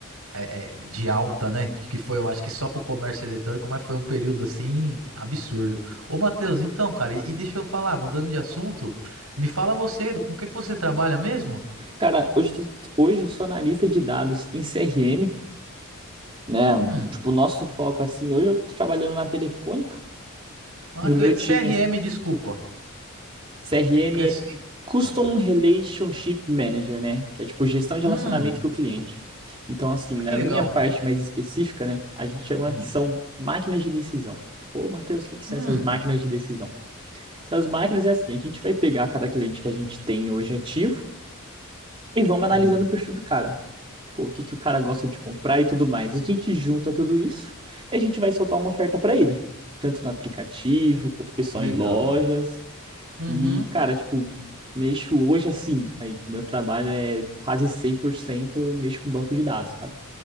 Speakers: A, on the right; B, on the right.
A: eh, de alta, né? Que foi, eu acho que só pro comércio eletrônico, mas foi um período assim absurdo. Ô, Matheus, então, cara, e, e deixa eu falar, mudando de assunto, me fala você, com o que que você trabalha mesmo?
B: Cara, hoje, eu tô- hoje eu sou analista de dados em CRM, né?
A: Hum,
B: Tipo, o nosso foco assim, hoje eu tô trabalhando na Telefônica
A: ah,
B: e
A: que
B: o meu
A: le-
B: time
A: CRM,
B: assim,
A: desculpa.
B: CRM
A: O que é. s-
B: Custom
A: É.
B: Relationship Manager, né? Que é tipo gestão de
A: Hum,
B: relacionamento com o cliente. Então, assim, na
A: ah, que legal.
B: minha parte mais específica, né? A gente chama
A: Hum,
B: que são máquinas de decisão. Pô, Matheus, o que que são
A: hum,
B: essas máquinas de decisão? Essas máquinas é assim, a gente vai pegar cada cliente que a gente tem hoje ativo e vamos analisando
A: hum,
B: o perfil do cara. Pô, o que que o cara gosta de comprar e tudo mais. A gente junta tudo isso e a gente vai soltar uma oferta para ele, tanto no aplicativo quanto o pessoal
A: legal.
B: em lojas.
A: Uhum.
B: E, cara, tipo, mexo hoje assim. Aí, meu trabalho é quase 100% eu mexo com banco de dados, cara.